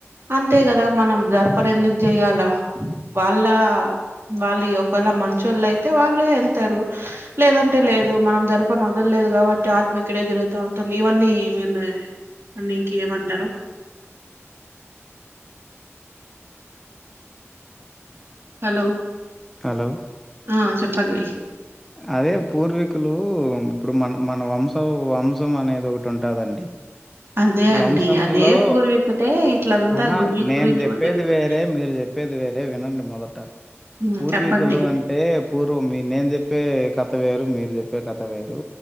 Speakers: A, on the right; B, in the centre.
A: అంతే కదా మనం దర్ ప్పర్ ఎందుకు చెయ్యల వాళ్ళ వాళ్ళు ఒకేళ మంచిలైతే వాళ్ళే వెళ్తారు లేదంటే లేదు మనం జరపనోదల్ లేదు కాబట్టి ఆత్మ ఇక్కడే దిరుగుత ఉంటుంది ఇవన్నీ మీరు మీకేమంటారు హలో
B: హలో
A: ఆ చెప్పండి
B: అదే పూర్వీకులు ఇప్పుడు మన మన వంశం వంశం అనేది ఒకటి ఉంటదండి
A: అదే అండి.
B: వంశంలో
A: అదే పూర్వీకుడే ఇట్లంతా
B: ఆహా
A: గుడ్ల
B: నేను
A: గురించి
B: చెప్పేది
A: గూడా చెప్పారు.
B: వేరే మీరు చెప్పేది వేరే వినండి మొదట
A: హ్మ్.
B: పూర్వీకులు
A: చెప్పండి.
B: అంటే పూర్వ మీ నేను చెే ప్పే కథ వేరు మీరు చెప్పే కథ వేరు